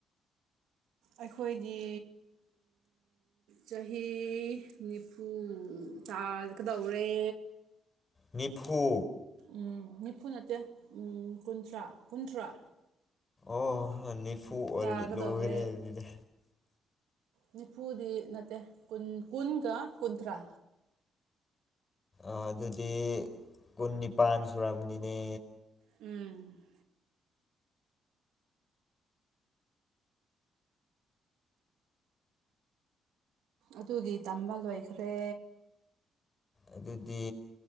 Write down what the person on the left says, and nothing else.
ꯅꯤꯐꯨ
ꯑꯣ ꯅꯤꯐꯨ ꯑꯣꯏꯔꯗꯤ
ꯂꯣꯏꯈꯔꯦ ꯍꯥꯏꯕꯅꯤꯅꯦ
ꯑꯗꯨꯗꯤ ꯀꯨꯟ ꯅꯤꯄꯥꯥꯟ ꯁꯨꯔꯝꯅꯤꯅꯦ
ꯑꯗꯨꯗꯤ